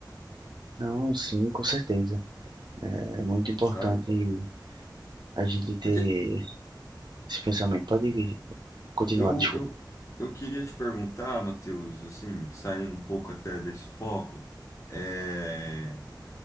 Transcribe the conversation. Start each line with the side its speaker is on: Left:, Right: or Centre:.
Right: Não, sim, com certeza. É, é muito importante
Left: sabe?
Right: a gente ter
Left: Porque
Right: esse pensamento. Pode continuar,
Left: eu,
Right: desculpa.
Left: eu, eu queria te perguntar, Matheus, assim, saindo um pouco até desse foco, eh,